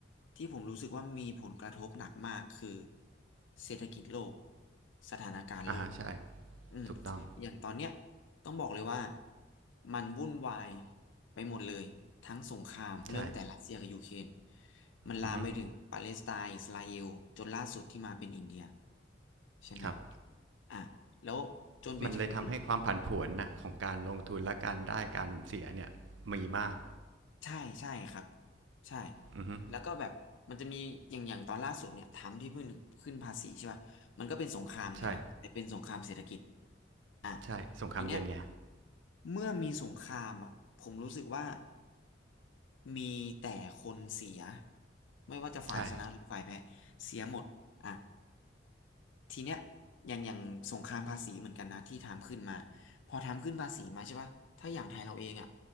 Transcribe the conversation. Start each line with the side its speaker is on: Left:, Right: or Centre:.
Left: ที่ผมรู้สึกว่ามีผลกระทบหนักมากคือเศรษฐกิจโลกสถานการณ์โลก
Right: อ่าฮะใช่
Left: อืม
Right: ถูกต้อง
Left: อย่างตอนเนี้ยต้องบอกเลยว่ามันวุ่นวายไปหมดเลยทั้งสงครามเริ่มแต่รัสเซียกับยูเครน
Right: ใช่
Left: มันลามไปถึงปาเลสไตน์อิสราเอลจนล่าสุดที่มาเป็นอินเดีย
Right: อือฮึ
Left: ใช่ไหม
Right: ครับ
Left: อ่ะแล้วจนไปถึง
Right: มันเลยทำให้ความผันผวนนะของการลงทุนและการได้การเสียเนี่ยมีมาก
Left: ใช่ใช่ครับใช่
Right: อือฮึ
Left: แล้วก็แบบมันจะมีอย่างอย่างตอนล่าสุดเนี่ยทำที่เพิ่งขึ้นภาษีใช่ป่ะมันก็เป็นสงครามเหมือนกันนะแต่เป็นสงครามเศรษฐกิจ
Right: ใช่
Left: อ่ะ
Right: ใช่สงครามเย็นไง
Left: ทีเนี้ยเมื่อมีสงครามอ่ะผมรู้สึกว่ามีแต่คนเสียไม่ว่าจะฝ่ายชนะหรือฝ่ายแพ้เสียหมดอ่ะ
Right: ใช่
Left: ทีเนี้ยอย่างอย่างสงครามภาษีเหมือนกันนะที่ถามขึ้นมาพอทำขึ้นภาษีมาใช่ปะถ้าอย่างไทยเราเองอ่ะ